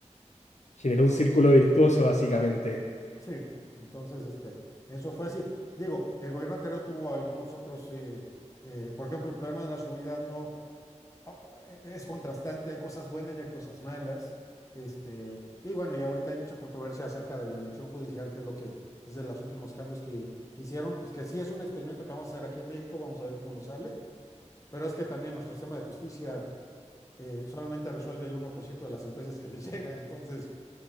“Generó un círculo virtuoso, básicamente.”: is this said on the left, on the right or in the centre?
Left